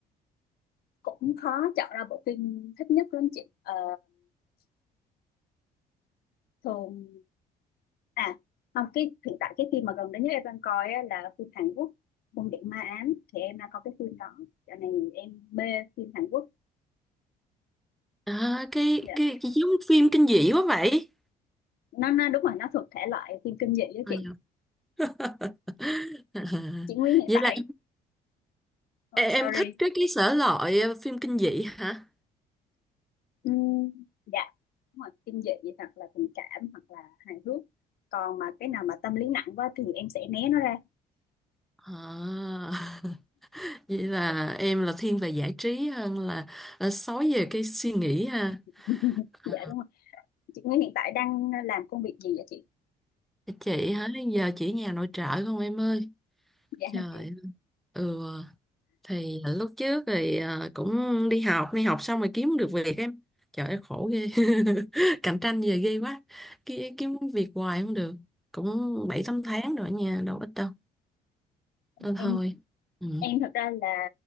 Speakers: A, on the left; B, in the centre.
A: cũng khó chọn ra bộ phim thích nhất lắm chị Ờ, thường à không cái hiện tại cái phim mà gần đây nhất em đang coi á, là phim Hàn Quốc Cung điện ma ám thì em đang coi cái phim đó cho nên em mê phim Hàn Quốc
B: À, cái,
A: Dạ.
B: cái cái giống phim kinh dị quá vậy.
A: nó nó đúng rồi nó thuộc thể loại phim kinh dị đó
B: Ờ,
A: chị
B: dạ. <laughs>
A: chị Nguyên hiện
B: Vậy
A: tại
B: là
A: không
B: Em,
A: sorry
B: em thích cái cái sở loại ờ, phim kinh dị hả?
A: Ừm, dạ đúng rồi kinh dị hoặc là tình cảm hoặc là hài hước còn mà cái nào mà tâm lý nặng quá thì em sẽ né nó ra
B: À, <laughs> vậy là em là thiên về giải trí hơn là ờ, sói về cái suy nghĩ ha.
A: <laughs>
B: À,
A: dạ đúng rồi chị Nguyên hiện tại đang làm công việc gì vậy chị
B: chị hả? Giờ chỉ nhà nội trợ không em ơi?
A: dạ
B: Trời
A: hả chị
B: ơi. Ừ, thì lúc trước thì ờ, cũng đi học, đi học xong rồi kiếm được việc em. Trời ơi khổ ghê. <laughs> Cạnh tranh về ghê quá. Ki- Kiếm việc hoài không được. Cũng 7 8 tháng rồi nha đâu ít đâu. Nên thôi.
A: em
B: Ừ.
A: em thật ra là